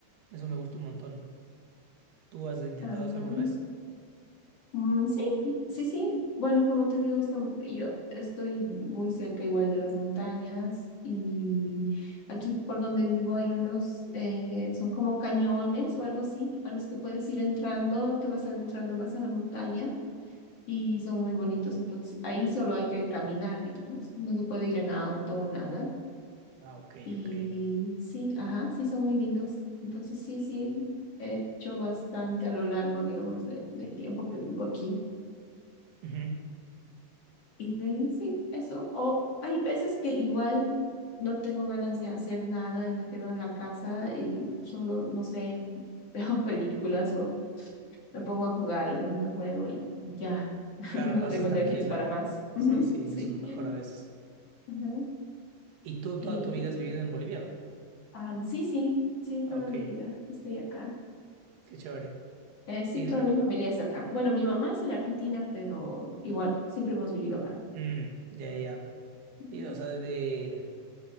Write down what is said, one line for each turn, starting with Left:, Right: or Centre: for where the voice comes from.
Right: Eso me gusta un montón. ¿Tú has intentado
Left: Ah,
Right: eso alguna vez?
Left: mm, sí, sí, sí. Bueno, como te digo, estam- yo estoy muy cerca igual de las montañas y aquí por donde vivo hay unos, eh, son como cañones o algo así, a los que puedes ir entrando, te vas adentrando más a la montaña y son muy bonitos. Entonces ahí solo hay que caminar, digamos, no se puede ir en auto nada.
Right: Ah, ok,
Left: Y
Right: ok.
Left: sí, ajá, sí, son muy lindos. Entonces sí, sí, he hecho bastante a lo largo, digamos, de- del tiempo que vivo aquí.
Right: Ujú.
Left: Y de ahí sí, eso. O hay veces que igual no tengo ganas de hacer nada y me quedo en la casa y solo, no sé, <laughs> veo películas o me pongo a jugar algún videojuego y y ya. <laughs>
Right: Claro,
Left: No
Right: pasas
Left: tengo
Right: tranquila.
Left: energías para más. <laughs>
Right: Sí,
Left: Ujú,
Right: sí,
Left: sí.
Right: eso es lo mejor a veces.
Left: Ujú.
Right: ¿Y tú
Left: Y
Right: toda tu vida has vivido en Bolivia?
Left: am, sí, sí, sí, toda
Right: Ah, ok,
Left: mi
Right: qué
Left: vida estoy acá.
Right: chévere.
Left: Eh, sí,
Right: Sí,
Left: toda mi familia es de acá. Bueno, mi mamá es de la Argentina, pero igual, siempre hemos vivido acá.
Right: Mm, ya, ya.
Left: Ujú.
Right: Sí, o sea, de,